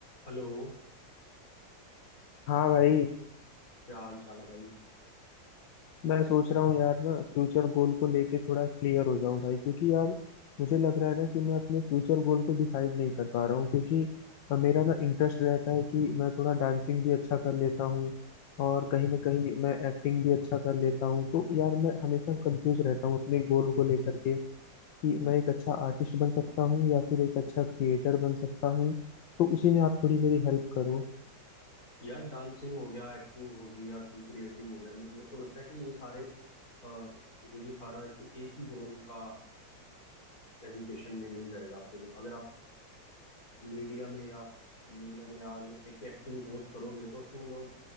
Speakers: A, on the left; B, on the left.
A: Hello
B: हाँ भाई
A: क्या हाल चाल है भाई
B: मैं सोच रहा हूँ यार ना फ्यूचर गोल को लेके थोड़ा क्लियर हो जाऊं भाई क्योंकि यार मुझे लग रहा है ना कि मैं अपने फ्यूचर गोल को डिसाइड नहीं कर पा रहा हूँ क्योंकि अ, मेरा ना इंटरेस्ट रहता है कि मैं थोड़ा डांसिंग भी अच्छा कर लेता हूँ और कहीं ना कहीं मैं एक्टिंग भी अच्छा कर लेता हूँ तो यार मैं हमेशा कंफ्यूज रहता हूँ अपने गोल को लेकर के कि मैं एक अच्छा आर्टिस्ट बन सकता हूँ या फिर एक अच्छा क्रिएटर बन सकता हूँ तो उसी में आप थोड़ी मेरी हेल्प करो
A: यार डांसिंग हो गया एक्टिंग होगी या कोई क्रिएटिव हो गया मेरे, मेरे को लगता है कि ये सारे अ, जो ये सारा एक, एक ही जोन का एजुकेशन में मिल जाएगा आपको जो अगर आप मीडिया में या मीडिया में या एक एक्टिंग कोर्स करोगे तो उसमें लोग